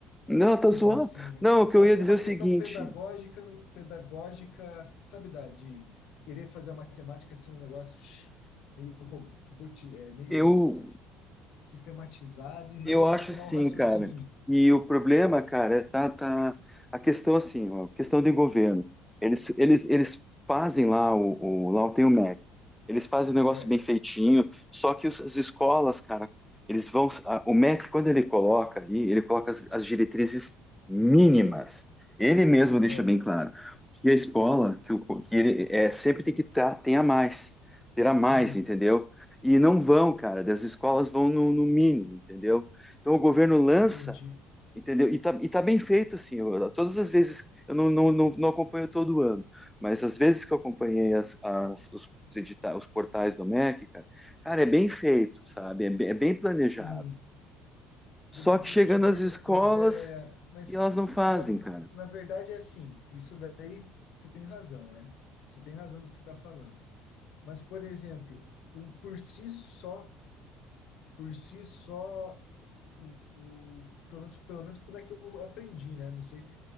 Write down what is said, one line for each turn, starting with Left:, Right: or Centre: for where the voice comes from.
Centre: Não, tá
Left: meio
Centre: zoando.
Left: assim, né?
Centre: Não, o que
Left: Eu
Centre: eu
Left: acho
Centre: ia
Left: que
Centre: dizer
Left: é uma
Centre: é o
Left: questão
Centre: seguinte:
Left: pedagógica, pedagógica, sabe, da, de querer fazer a matemática ser um negócio shh, meio robotizado, meio
Centre: eu
Left: sistematizado e não
Centre: Eu acho
Left: ensinar
Centre: sim,
Left: o raciocínio.
Centre: cara. E o problema, cara, é tá, tá a questão assim, ó, questão do governo. Eles, eles, eles fazem lá o, o lá tem o MEC. Eles fazem o negócio
Left: Certo.
Centre: bem feitinho. Só que os- as escolas, cara, eles vão. a- o MEC quando ele coloca ali, ele coloca as, as diretrizes mínimas. Ele mesmo deixa
Left: Ah,
Centre: bem claro que a escola, que, o, que ele é sempre tem que tá, tenha mais, terá mais,
Left: sim,
Centre: entendeu? E não vão, cara, das escolas vão no, no mínimo, entendeu? Então o governo lança,
Left: entendi.
Centre: entendeu? E tá, e tá bem feito, assim. Eu- todas as vezes, eu não, não, não, não acompanho todo ano, mas as vezes que eu acompanhei as, as- os, edita- os portais do MEC, cara, cara, é bem feito, sabe? É bem, é bem planejado.
Left: Sim.
Centre: Só
Left: De- Mas
Centre: que
Left: deixa
Centre: chegando
Left: eu te perguntar.
Centre: às escolas
Left: Mas é. Mas
Centre: e elas não fazem,
Left: na, ve-
Centre: cara.
Left: na verdade é assim. Isso daí você tem razão, né? Você tem razão no que você está falando. Mas, por exemplo, o por si só, por si só, o, o- pelo menos, pelo menos como é que eu aprendi, né? Não sei.